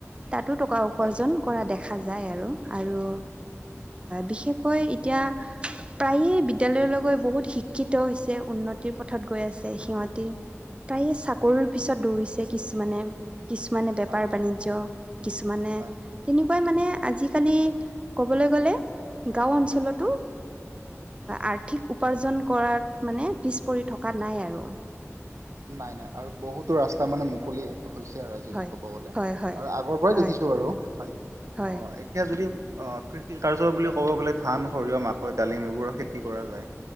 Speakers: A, on the right; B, on the right.
A: তাতো টকা উপাৰ্জন
B: হয়
A: কৰা দেখা দেখা যায় আৰু আৰু বিশেষকৈ এতিয়া প্ৰায়ে বিদ্যালয় গৈ বহুত শিক্ষিত হৈছে উন্নতিৰ পথত গৈ আছে সিহঁতি। প্ৰায়ে চাকৰিৰ পিছত দৌৰিছে কিছুমানে। কিছুমানে বেপাৰ
B: হয়
A: বাণিজ্য কিছুমানে
B: হয়
A: তেনেকুৱা মানে আজিকালি ক'বলৈ গ'লে গাঁও অঞ্চলতো আৰ্থিক উপাৰ্জন কৰাত মানে পিছ পৰি থকা নাই আৰু।
B: নাই নাই আৰু বহুতো ৰাস্তা মানে মুকলিয়ে হৈছে আৰু আজি
A: হয়
B: বুলি ক'ব গ'লে
A: হয়
B: আৰু আগৰ পৰাই
A: হয়
B: দেখিছো বাৰু হয়
A: হয়
B: অ এতিয়া যদি অ, 'কৃষি কাৰ্য বুলি ক'ব গ'লে ধান, সৰিয়হ, মাকৈ, ডালিম এইবোৰৰ খেতি কৰা যায়।